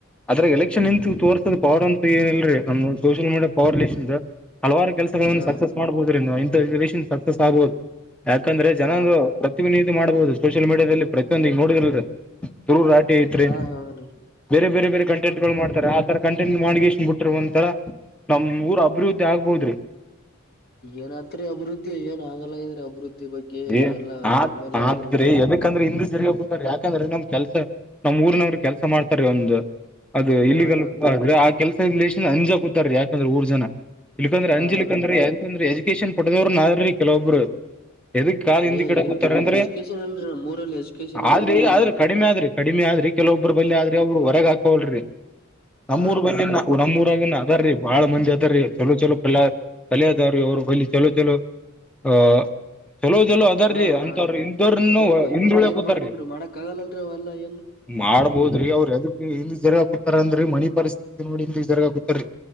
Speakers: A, in the centre; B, on the left.
A: ಅದ್ರ ಎಲೆಕ್ಷನ್ ನಿಂತತ್ ತೋರ್ಸದ ಪವರ್ ಅಂತ ಏನಲ್ರರಿ ನಮ್ದ ಸೋಷಿಯಲ್ ಮೀಡಿಯಾ ಪರ್ ಲೇಸ್ ಹಲವಾರು ಕೆಲಸ
B: ಹಾ
A: ಸಕ್ಸಸ್ ಮಾಡ್ಬಹದ್ರಿ ನೀವು ಇಂಥಷನ್ ಸಕ್ಸಸ್ ಆಗ್ಬಹುದು ಯಾಕಂದ್ರೆ ಜನಂದು
B: ಹಾ
A: ಪ್ರತ ಇದು ಮಾಡ್ಬಹುದು ಸೋಷಿಯಲ್ ಮೀಡಿಯಾದಲ್ಲಿ ಪ್ರತಿಯೊಂದ ಈಗ ನೋಡಿದರಲ್ರಿ ದೂ ರ ಆಾಟಿ ಐತ್ರಿೇ
B: ಹಾ ಹೌದು
A: ಬೇರೆ ಬೇರೆ ಬೇರೆ ಕಂಟೆಂಟ್ ಗಳು ಮಾಡತಾರೆ ಆತರ ಕಂಟೆಂಟ್ ಮಾಡ್ಗನ್ ಬಿಟ್ಟಿರುವಂತರ ನಮ್ ಊರ್ ಅಭಿವೃದ್ಧಿ ಆಗ್ಬೋದ್ರಿ <unintelligible>
B: ಏನತ್ರರಿ ಅಭಿವೃದ್ಧಿ ಏನ್ ಆಗಲ್ಲ ಇದ್ರೆ ಅಭಿವೃದ್ಧಿ ಬಗ್ಗೆ
A: ಏ
B: ಎಲ್ಲಾ ಎಮ್ ಎಲ್ ಎ ಅನ್ರಿ
A: ಆದ್ರೆ
B: ಊರಾಗ
A: ಯದಕಂದ್ರೆ ಹಿಂದ ಹೋಗಾರೆ ಯಾಕಂದ್ರೆ ನಮ್ ಕೆಲ್ಸ ನಮ್ಮ್ ಊರ್ನವ್ರು ಕೆಲಸ ಮಾಡ್ತಾರೆ ಒಂದು ಅದು ಇಲ್ಲಿಗಲ್ಲ್ರೆ
B: ಹಾ ಹಾ
A: ಆ ಕೆಲ್ಸದ ಲೇಶನ್ ಅಂಜಾ ಕೂತಾರ ಯಾಕಂದ್ರೆ ಊರ್ ಜನ ಇಲ್ಕ್ಂದ್ರ
B: ಹಾ
A: ಅಂಜಿಕ್ಕಕಂದ್ರೀ
B: ಹೌದ್ರಿ
A: ಯದಕಂದ್ರ ಎಜುಕೇಶನ್ ಪಡೆದವ್ರರು ನ್ರೀ ಕೆಲೊಬ್ರು ಎದಕ್ ಕಾ ಹಿಂದ
B: ಏ
A: ಕಿಡ
B: ಇಲ್ರಿ
A: ಕೂತಾರ ಅಂದ್ರೆ
B: ಎಜುಕೇಶನ್ ಇಲ್ರಿ ನಮ್ಮೂರಲ್ಲಿ ಎಜುಕೇಶನ್
A: ಆದ್ರಿ
B: ಇಲ್ಲರಿ
A: ಆದ್ರ
B: ಒಟ್ಟ
A: ಕಡಿಮೆ ಆದ್ರಿ ಕಡಿಮೆ ಆದ್ರಿ ಕೆಲವೊಬ್ಬರು ಬಲ್ಲಿಿ ಆದ್ರೆ ಅವರು ಹೊರಗೆ ಹಾಕವಲ್ ರಿ ನಮ್ಮೂರ್
B: ಹಾ
A: ಬ ನಮ್ಮೂರು ಅವ ಅದ ರೀ ಬಹಳ ಮಂದಿ ಅದಾರೀ ಚಲೋ ಚಲೋ ಕಲ ಕಲಿಯಾದಾರ ಅವ್ರರು ಬ ಚಲೋ ಚಲೋ ಹ ಚಲೋ ಚಲೋ ಅದಾರೀ
B: ಹಾ ಹಾ
A: ಅಂತವ್ರ
B: ರೀ
A: ಇಂದ್ರನು
B: ಅದಾರ್ರೀ
A: ಹಂದುಳ್ಯ
B: ಬಟ್ ಏನ್
A: ಕೂತಾರಿ
B: ಮಾಡ್ಬೇಕ್ರೀ ಮಾಡಕ್ ಆಗಲ್ಲಲ್ರರಿ ಅವೆಲ್ಲಾ ಏನ್
A: ಮಾಡ್ಬೋದ್ರಿ ಅವ್ರರು ಅದಕ್ಕೆ ಎಲ್ಲಿ ಜೆರೆ ಹಾಕತಾರ ಅಂದ್ರಿ ಮನಿ ಪರಿಸ್ಥಿತಿ ನೋಡಿರಗ ಗೊತ್ತೀ